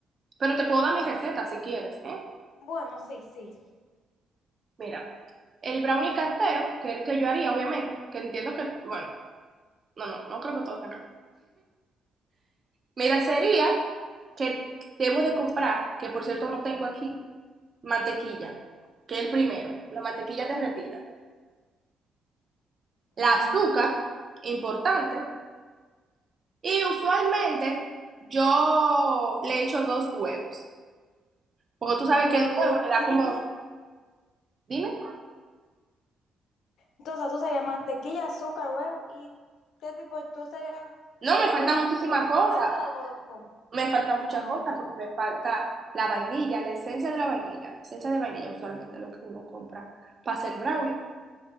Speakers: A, on the right (about 40°); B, on the left (about 75°).
A: Pero te puedo dar mi receta si quieres, ¿eh?
B: bueno, sí, sí.
A: Mira, el brownie casero, que es el que yo haría, obviamente, que entiendo que, bueno, no, no, no creo que todos tengan. Mira, sería que debo de comprar, que por cierto no tengo aquí, mantequilla, que es el primero, la mantequilla derretida. La
B: Sí.
A: azúcar, importante, Y usualmente yo le echo dos huevos, porque tú sabes
B: Mantequilla.
A: que el huevo le da como, dime,
B: Entonces, o sea, tú serías mantequilla, azúcar, huevo. ¿Y qué tipo? ¿Tú serías
A: no,
B: cocoa
A: me falta muchísima
B: tipo amarga
A: cosa,
B: o...? cómo?
A: me falta mucha
B: Ah,
A: cosa
B: ok.
A: porque me falta la vainilla, la esencia de la vainilla, esencia de vainilla usualmente, lo que uno compra para hacer brownie.